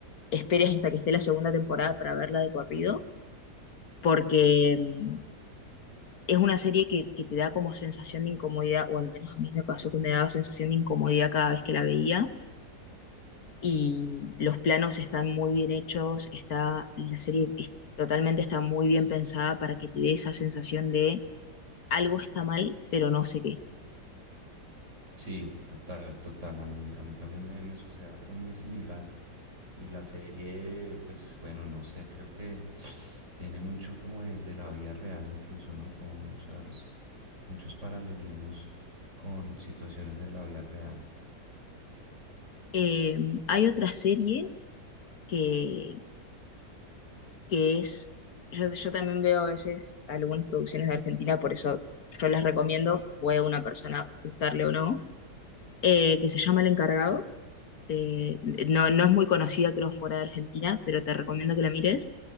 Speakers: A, on the left; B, on the right.
A: esperes hasta que esté la segunda temporada para verla de corrido, porque mm, es una serie que, que te da como sensación de incomodidad, o al menos a mí me pasó que me daba sensación de incomodidad cada vez que la veía y los planos están muy bien hechos, está, la serie es- totalmente está muy bien pensada para que te dé esa sensación de algo está mal, pero no sé qué.
B: Sí, total, total. A mí, a mí también me, me sucede algo muy similar. Y la serie, pues bueno, no sé, creo que tiene mucho como de, de la vida real incluso, ¿no? Como muchas, muchos paralelismos con situaciones de la vida real.
A: Eh, hay otra serie que, que es, yo, yo también veo a veces algunas producciones de Argentina, por eso yo las recomiendo, puede a una persona gustarle o no, eh, que se llama El Encargado eh, no, no es muy conocida, creo, fuera de Argentina, pero te recomiendo que la mires.